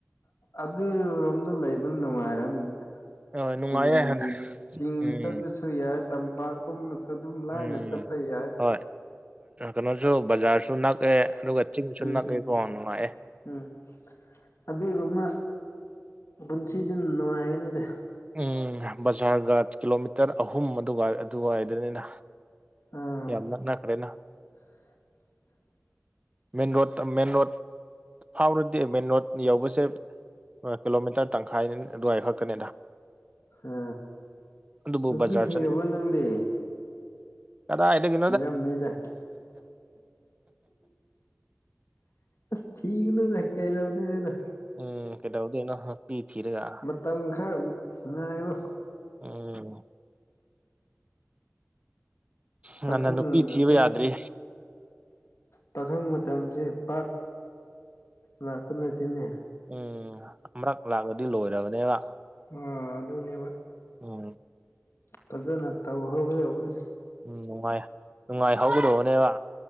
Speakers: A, on the left; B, on the right.
A: ꯑꯗꯨꯔꯣꯝꯗ ꯂꯩꯕ ꯅꯨꯡꯉꯥꯏꯔꯝꯅꯤꯅ
B: ꯍꯣꯏ ꯅꯨꯡꯉꯥꯏꯌꯦ
A: ꯆꯤꯡꯒꯤ ꯆꯤꯡ
B: ꯎꯝ
A: ꯆꯠꯄꯁꯨ ꯁꯨ ꯌꯥꯏ ꯇꯝꯄꯥꯛꯀꯨꯝꯕꯁꯨ ꯑꯗꯨꯝ ꯂꯥꯏꯅ
B: ꯎꯝ
A: ꯆꯠꯄ ꯌꯥꯏ
B: ꯍꯣꯏ ꯀꯩꯅꯣꯁꯨ ꯕꯖꯥꯔꯁꯨ ꯅꯛꯑꯦ ꯑꯗꯨꯒ ꯆꯤꯡꯁꯨ
A: ꯎꯝ
B: ꯅꯛꯑꯦ ꯀꯣ ꯅꯨꯡꯉꯥꯏꯑꯦ
A: ꯎꯝ ꯑꯗꯨꯒꯨꯝꯕ ꯄꯨꯟꯁꯤꯗꯨꯅ ꯅꯨꯡꯉꯥꯏꯒꯅꯤꯗ
B: ꯎꯝ ꯕꯖꯥꯔꯒ ꯀꯤꯂꯣꯃꯤꯇꯔ ꯑꯍꯨꯝ ꯑꯗꯨꯒ ꯑꯗꯨꯏꯗꯅꯤꯅ
A: ꯑꯥ
B: ꯌꯥꯝ ꯅꯛꯅꯈꯔ꯭ꯦꯅ
A: <unintelligible>
B: ꯃꯦꯟ ꯔꯣꯗ ꯃꯦꯟ ꯔꯣꯠ ꯐꯥꯎꯔꯗꯤ ꯃꯦꯟ ꯔꯣꯠ ꯌꯧꯕꯁꯦ ꯀꯤꯂꯣꯃꯤꯇꯔ ꯇꯪꯈꯥꯏꯅꯤ ꯑꯗꯨꯋꯥꯏ ꯈꯛꯇꯅꯤꯗ
A: ꯑ
B: ꯑꯗꯨꯕꯨ
A: ꯅꯨꯄꯤ
B: ꯕꯖꯥꯔ
A: ꯊꯤꯔꯕꯣ ꯅꯪꯗꯤ
B: ꯀꯗꯥꯏꯗꯒꯤ
A: ꯊꯤꯔꯝꯅꯤꯗ ꯑꯁ ꯊꯤꯒꯅꯨꯅ ꯀꯩꯗꯥꯎꯗꯨꯏ ꯅꫭꯗꯥ
B: ꯎꯝ ꯀꯩꯗꯧꯗꯣꯏꯅꯣ ꯅꯨꯄꯤ ꯊꯤꯔꯒ
A: ꯃꯇꯝ ꯈꯔ ꯉꯥꯏꯌꯣ
B: ꯎꯝ ꯉꯟꯅ
A: ꯄꯥꯈꯪ
B: ꯅꯨꯄꯤ ꯊꯤꯕ
A: ꯑꯗꯨꯝ
B: ꯌꯥꯗ꯭ꯔꯤ
A: ꯄꯥꯈꯪ ꯃꯇꯝꯁꯤ ꯄꯥꯛ ꯂꯥꯛꯄ ꯅꯠꯇꯦꯅꯦ
B: ꯎꯝ ꯑꯃꯔꯛ ꯂꯥꯛꯂꯗꯤ ꯂꯣꯏꯔꯕꯅꯦꯕ
A: ꯑ ꯑꯗꯨꯅꯦꯕ
B: ꯎꯝ
A: ꯐꯖꯅ ꯇꯧꯍꯧꯒꯗꯧꯕꯅꯤ
B: ꯎꯝ ꯅꯨꯡꯉꯥꯏ ꯅꯨꯡꯉꯥꯏ ꯍꯧꯒꯗꯧꯅꯦꯕ